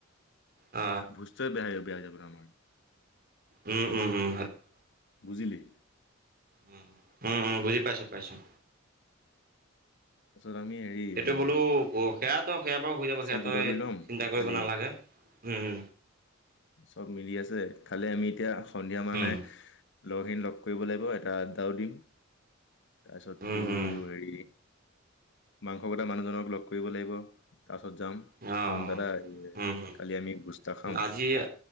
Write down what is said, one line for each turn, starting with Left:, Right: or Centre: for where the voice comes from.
Right: আ
Left: ভোজটোৱে বেয়া হৈ যাব ন আমাৰ।
Right: উম উম উম।
Left: বুজিলি।
Right: উ উম উম বুজি পাইছোঁ পাইছোঁ।
Left: তাৰপিছত আমি হেৰি
Right: সেইটো
Left: এ,
Right: বোলোঁ ব- সেয়াতো সেয়া বাৰু হৈ যাব সেয়া
Left: চব
Right: তই
Left: যোগাৰ কৰি ল'ম
Right: চিন্তা কৰিব
Left: কালি
Right: নালাগে উম।
Left: চব মিলি আছে খালি আমি এতিয়া সন্ধিয়া মানে।
Right: উম, উম,
Left: লগৰখিনি লগ কৰিব লাগিব এটা আডাও দি তাৰপিছতোৰ
Right: উম, উম
Left: হেৰি- মাংস কটা মানুহজনক লগ কৰিব লাগিব। তাৰপাছত যাম
Right: অ',
Left: কম দাদা
Right: উম,
Left: কালি আমি ভূজ এটা খাম।
Right: উম, আজি